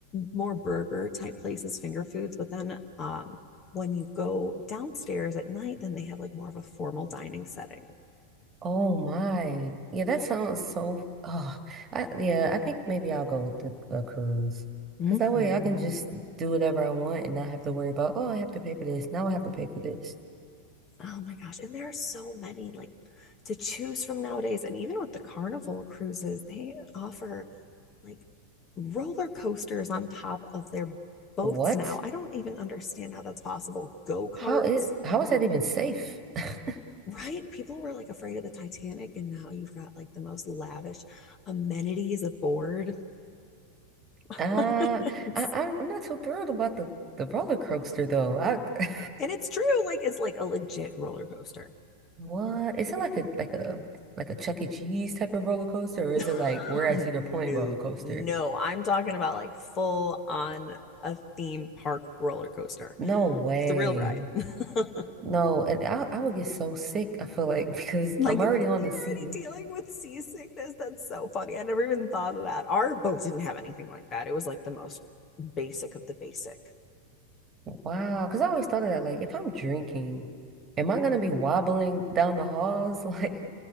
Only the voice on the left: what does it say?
more burger type places, finger foods, but then um when you go downstairs at night, then they have like more of a formal dining setting.
Mm-hmm.
Oh my gosh. And there are so many like to choose from nowadays. And even with the carnival cruises, they offer like roller coasters on top of their boats
now. I don't even understand how that's possible. Go karts,
right? People were like afraid of the Titanic, and now you've got like the most lavish amenities aboard. <laughs>
It's-
and it's true. Like, it's like a legit roller coaster.
<laughs>
no,
no. I'm talking about like full on a theme park roller coaster
thrill ride. <laughs> like you're
already
dealing with seasickness. That's so funny. I never even thought of that. Our boat didn't have anything like that. It was like the most basic of the basic.